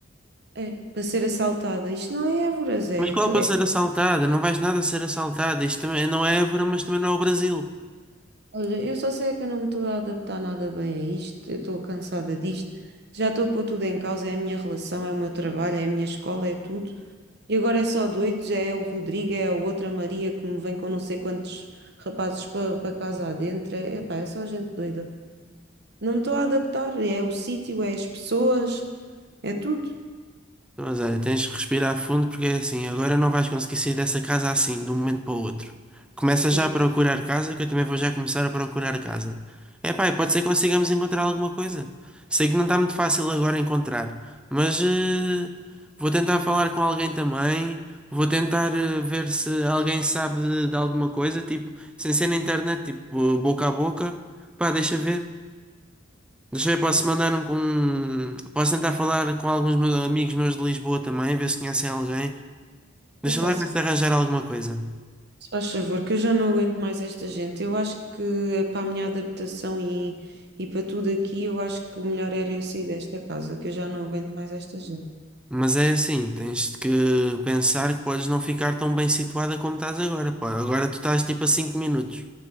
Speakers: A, on the right; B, in the centre.
A: É, para ser assaltada. Isto não é Évora, Zé.
B: Mas qual
A: é Tu...
B: é para
A: é-
B: ser assaltada? Não vais nada ser assaltada. Isto também não é Évora, mas também não é o Brasil.
A: Olha, eu só sei é que eu não me estou a adaptar nada bem a isto, eu estou cansada disto, já estou a pôr tudo em causa, é a minha relação, é o meu trabalho, é a minha escola, é tudo. E agora é só doidos, é o Rodrigo, é a outra Maria que me vem com não sei quantos rapazes para para casa adentro. É, epá, é só gente doida. Não me estou a adaptar, é o sítio, é as pessoas, é tudo.
B: Mas olha, tens de respirar fundo porque é assim, agora não vais conseguir sair dessa casa assim, de um momento para o outro. Começa
A: Ui,
B: já a procurar casa, que eu também vou já começar a procurar casa. É pá, e pode ser que consigamos encontrar alguma coisa. Sei que não está muito fácil agora encontrar, mas eh, vou tentar falar com alguém também. Vou tentar eh, ver se alguém sabe de, de alguma coisa, tipo, sem ser na internet, tipo, boca a boca. Pá, deixa ver. Deixa eu ver, posso mandar um, um- Posso tentar falar com alguns meus amigos meus de Lisboa também, ver se conhecem alguém. Deixa
A: Epá,
B: lá começar a arranjar alguma coisa.
A: Se Faz favor, que eu já não aguento mais esta gente. Eu acho que é para a minha adaptação e, e para tudo aqui, eu acho que o melhor era eu sair desta casa, que eu já não aguento mais esta gente.
B: Mas é assim, tens de que pensar que podes não ficar tão bem situada como estás agora, pá. Agora tu estás tipo a 5 minutos,